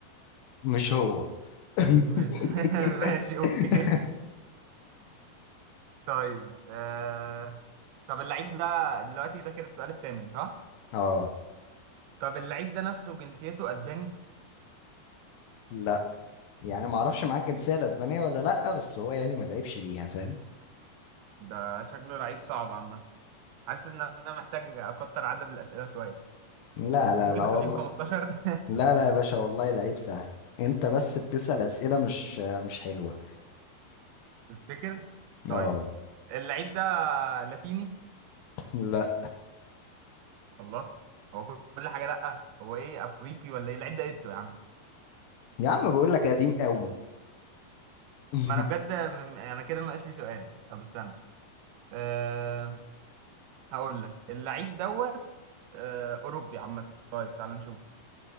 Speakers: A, on the left; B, on the right.
A: مش هو <laughs>
B: مش د... <laughs> ماشي اوكي طيب آه... طب اللعيب ده دلوقتي ده كده السؤال الثامن صح؟
A: اه
B: طب اللعيب ده نفسه جنسيته اسباني
A: لا يعني ما اعرفش معاه الجنسيه الاسبانيه ولا لا بس هو يعني ما لعبش بيها فاهم
B: ده شكله لعيب صعب عامة حاسس ان انا محتاج اكتر عدد الأسئلة شوية
A: لا لا
B: ممكن
A: لا
B: نخليهم
A: والله
B: 15 <laughs>
A: لا لا يا باشا والله لعيب سهل انت بس بتسأل اسئله مش مش حلوه
B: تفتكر؟ طيب
A: اه
B: اللعيب ده لاتيني
A: لا
B: الله هو كل حاجة لأ هو ايه افريقي ولا ايه اللعيب ده ايه يا عم
A: يا عم بقول لك قديم قوي <laughs>
B: ما انا بجد م- انا كده ناقص لي سؤال طب استنى أه هقول لك اللعيب دوت أه اوروبي عامه طيب تعال نشوف